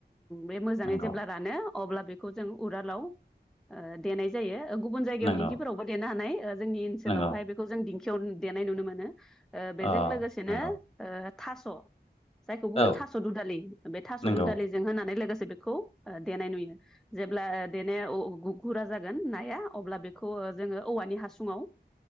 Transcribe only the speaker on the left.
नंगौ
नंगौ
नंगौ
अ
नंगौ
औ
नंगौ